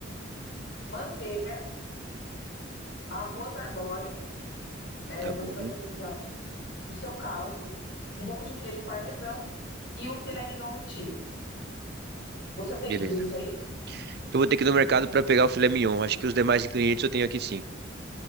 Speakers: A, on the left (about 60°); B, on the right (about 55°).
A: Manteiga, arroz arbóreo, eh,
B: Tá bom.
A: você vai precisar do seu caldo, um pouco de queijo parmesão e o filé mignon em tiras. Você tem
B: Beleza.
A: tudo isso aí?
B: Eu vou ter que ir no mercado pra pegar o filé mignon. Acho que os demais ingredientes eu tenho aqui sim.